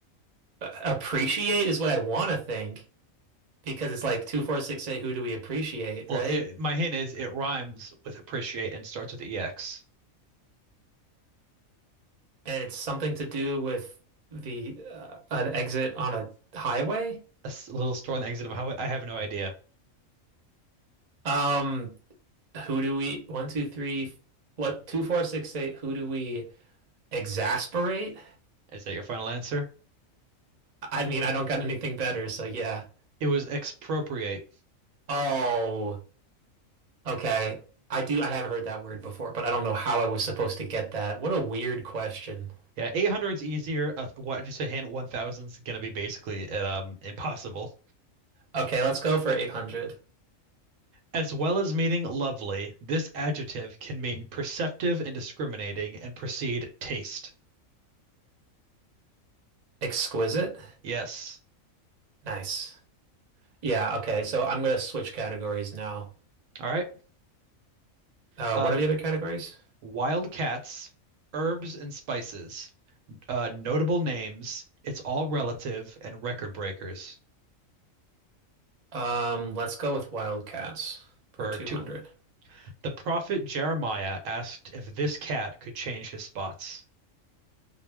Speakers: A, on the right; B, on the right.
A: appreciate is what I want to think because it's like two, four, six, eight. Who do we appreciate,
B: Well,
A: right?
B: it, my hint is it rhymes with appreciate and starts with EX.
A: And it's something to do with the uh, an exit on a highway.
B: A s- little store on the exit of a highway. I have no idea.
A: Um, who do we one, two, three, what two, four, six, eight, who do we exasperate?
B: Is that your final answer?
A: I mean, I don't got anything better, so yeah.
B: It was expropriate.
A: Oh, okay. I do I have heard that word before, but I don't know how I was supposed to get that. What a weird question.
B: Yeah, eight hundred's easier. Uh, what, just a hint, One thousand's gonna be basically uh, um impossible.
A: Okay, let's go for 800.
B: As well as meaning lovely, this adjective can mean perceptive and discriminating and precede taste.
A: Exquisite.
B: Yes.
A: Nice. Yeah, okay. So I'm gonna switch categories now.
B: All right.
A: Uh,
B: Um,
A: what are the other categories?
B: wild cats, herbs and spices, uh, notable names. It's all relative and record breakers.
A: Um, let's go with wildcats for
B: For
A: 200.
B: two, the prophet Jeremiah asked if this cat could change his spots.